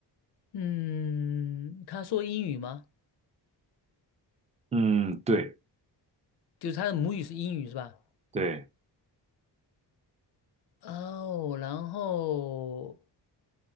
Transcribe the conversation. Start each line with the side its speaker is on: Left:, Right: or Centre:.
Left: 嗯，他说英语吗？
Right: 嗯，对
Left: 就是他的母语是英语是吧？
Right: 对，
Left: 哦，然后